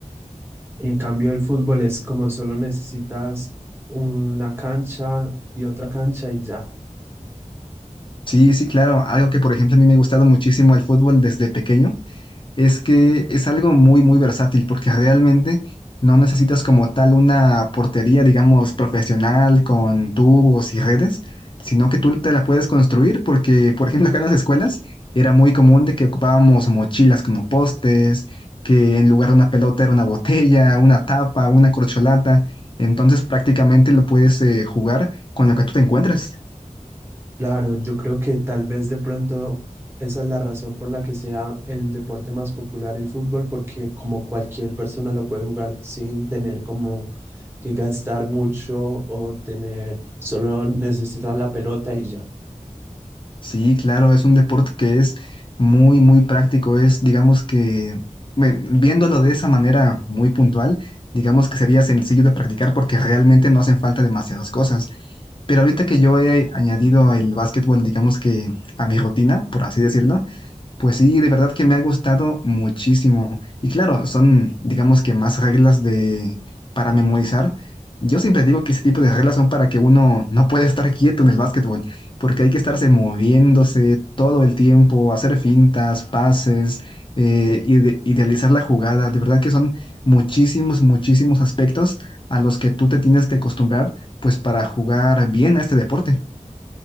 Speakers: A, on the right; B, on the left.
A: En cambio, el fútbol es como solo necesitas una cancha y otra cancha y ya.
B: Sí, sí, claro. Algo que, por ejemplo, a mí me ha gustado muchísimo el fútbol desde pequeño. es que es algo muy, muy versátil porque realmente no necesitas como tal una portería, digamos, profesional con tubos y redes, sino que tú te la puedes construir porque, por ejemplo, acá en las escuelas era muy común de que ocupábamos mochilas como postes, que en lugar de una pelota era una botella, una tapa, una corcholata. Entonces prácticamente lo puedes eh, jugar con lo que tú te encuentres.
A: Claro, yo creo que tal vez de pronto esa es la razón por la que sea el deporte más popular el fútbol, porque como cualquier persona lo puede jugar sin tener como que gastar mucho o tener, solo necesitan la pelota y ya.
B: Sí, claro, es un deporte que es muy, muy práctico. Es, digamos que, bueno, viéndolo de esa manera muy puntual, digamos que sería sencillo de practicar porque realmente no hacen falta demasiadas cosas. Pero ahorita que yo he añadido el básquetbol, digamos que a mi rutina, por así decirlo, pues sí, de verdad que me ha gustado muchísimo. Y claro, son, digamos que más reglas de para memorizar. Yo siempre digo que ese tipo de reglas son para que uno no pueda estar quieto en el básquetbol, porque hay que estarse moviéndose todo el tiempo, hacer fintas, pases, eh, ide- idealizar la jugada. De verdad que son muchísimos, muchísimos aspectos a los que tú te tienes que acostumbrar, pues para jugar bien a este deporte.